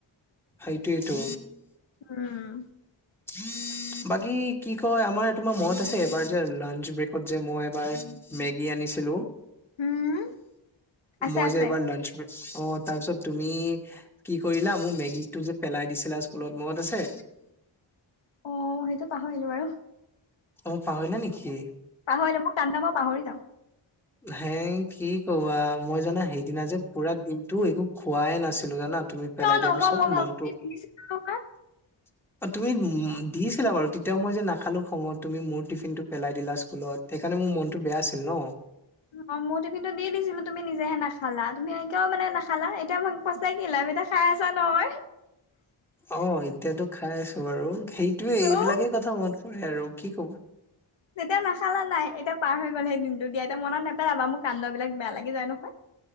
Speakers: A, in the centre; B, on the left.
A: সেইটো এইটো।
B: উম।
A: <unintelligible> বাকী কি কয় আমাৰ তোমাৰ মত আছেবাৰ যে লাঞ্চ ব্ৰেকত যে মই এবাৰ মেগী আনি ছিলো।
B: উম আছে
A: মই
B: আছে
A: যে এইবাৰ লঞ্চ কৰি অ তাৰপিছত তুমি কি কৰিলা মোৰ মেগীটো যে পেলাই দিছিলা স্কুলত মনত আছে।
B: অ', সেইটো পাহৰিলো বাৰু।
A: অ', পাহৰিলো নেকি।
B: পাহৰিলে মোক কাম নামই পাহৰি যাওঁ।
A: হে কি কবা মই জানা সেইদিনা যে পুৰা দিনতটো একো খোৱাইে নাছিলো। না তুমি পেলাই
B: কিয়নো
A: দিয়া পিছত
B: মই মোৰ
A: মনতটো
B: <unintelligible>
A: <unintelligible> অ', তুমি দিছিলা বাৰু তেতিয়াও মই যে নাখালো খঙত তুমি মোৰ টিফিন টো পেলাই দিলা স্কুলত সেইকাৰণে মোৰ মনটো বেয়া আছিল ন।
B: অ মোৰ টিফিন টো দি দিছিলো তুমি নিজেহে নাখালা তুমি সেওকে মানে নাখালা এতিয়া মই সঁচাকে লাভ এটা খাই আছা নহয়।
A: অ', এতিয়াতো খাই আছো আৰু সেইটোয়ে
B: ত
A: এইবিলাকেই কথা মন কৰে আৰু কি কবা।
B: তেতিয়া নাখালা নাই এতিয়া পাৰ হৈ গ'ল সেই দিনটো দিয়া এতিয়া মনত নেপেলাবা মোক কান্দাবিলাক বেয়া লাগি যায় নহয়।